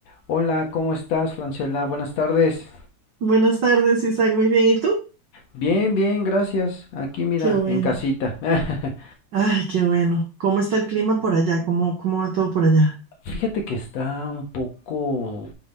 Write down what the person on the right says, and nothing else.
Buenas tardes, Isaac. Muy bien. ¿Y tú?
Qué bueno.
Ay, qué bueno. ¿Cómo está el clima por allá? ¿Cómo, cómo va todo por allá?